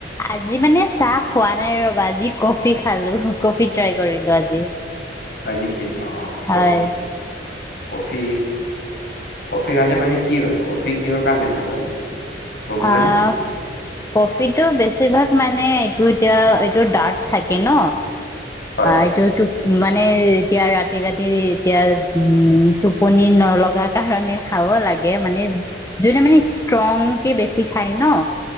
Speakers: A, on the left (about 15°); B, on the left (about 65°).
A: আজি মানে চাহ খোৱা নাই ৰবা আজি কফি খালো কফি ট্ৰাই কৰিলো আজি
B: হয় নেকি অহ
A: হয়
B: কফি। কফি কফি খালে মানে কি হয় কফি কিহৰ কাৰণে ভাল হয়। গম পোৱা
A: আহ,
B: নে?
A: কফিটো বেছিভাগ মানে এইটো এতিয়া ডাৰ্ক থাকে ন
B: হয়
A: এইটো ম মানে এতিয়া ৰাতি ৰাতি এতিয়া উম টোপনি নলগা কাৰণে খাব লাগে। লাগে মানে যিটো মানে ষ্ট্ৰং বেছি খাই ন'